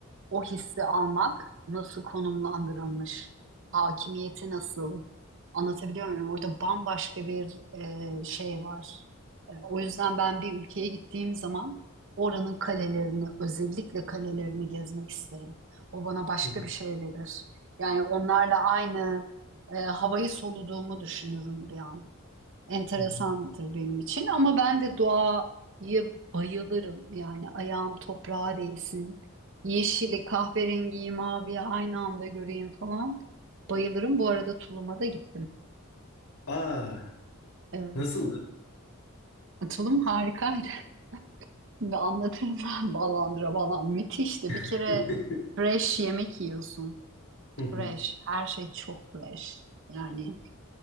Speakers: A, on the right; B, on the left.
A: o hissi almak nasıl konumlandırılmış, hakimiyeti nasıl anlatabiliyor muyum? Orada bambaşka bir e, şey var. E, o yüzden ben bir ülkeye gittiğim zaman oranın kalelerini, özellikle kalelerini gezmek isterim. O bana başka
B: Hı hı.
A: bir şey verir. Yani onlarla aynı e, havayı soluduğumu düşünürüm bir an enteresandır
B: Hı hı.
A: benim için ama ben de doğaya bayılırım. Yani ayağım toprağa değsin. Yeşili, kahverengiyi, maviyi aynı anda göreyim falan. Bayılırım. Bu arada Tulum'a da gittim.
B: Aa,
A: Evet.
B: nasıldı?
A: Tulum harikaydı. <laughs> Şimdi anlatırım ben ballandıra ballan. Müthişti. Bir
B: <laughs>
A: kere fresh yemek yiyorsun.
B: Hı hı.
A: Fresh. Her şey çok fresh. Yani